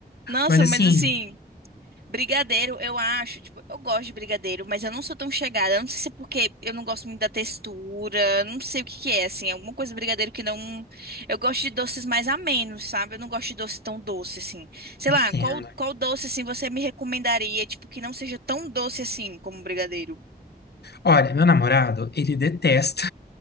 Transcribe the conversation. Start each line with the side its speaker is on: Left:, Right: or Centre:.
Right: Nossa,
Left: Mas assim,
Right: mas assim, Brigadeiro, eu acho, tipo, eu gosto de brigadeiro, mas eu não sou tão chegada. Eu não sei se é porque eu não gosto muito da textura, não sei o que que é, assim, alguma coisa de brigadeiro que não. Eu gosto de doces mais amenos, sabe? Eu não gosto de doce tão doce, assim. Sei
Left: não
Right: lá,
Left: entendo.
Right: qual, qual doce, assim, você me recomendaria, tipo, que não seja tão doce assim como brigadeiro?
Left: Olha, meu namorado, ele detesta.